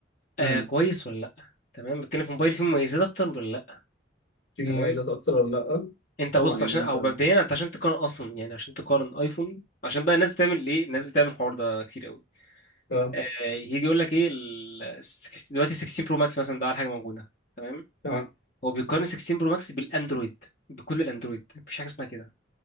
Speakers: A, on the left (about 70°); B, on the left (about 45°).
A: امم
B: آه كويس ولا لا تمام بتكلم في موبايل فيه مميزات اكتر ولا لا
A: في مميزات
B: تمام
A: اكتر ولا لا
B: انت
A: طبعا
B: بص
A: يعني
B: عشان
A: انت
B: او مبدئيا انت عشان تقارن اصلا يعني عشان تقارن ايفون عشان بقى الناس بتعمل ايه الناس بتعمل الحوار ده كتير قوي
A: اه
B: آه يجي يقول لك ايه ال... الس- دلوقتي 16 برو ماكس مثلا ده على حاجة موجودة تمام
A: تمام
B: هو بيقارن 16 برو ماكس بالاندرويد بكل الاندرويد مفيش حاجة اسمها كده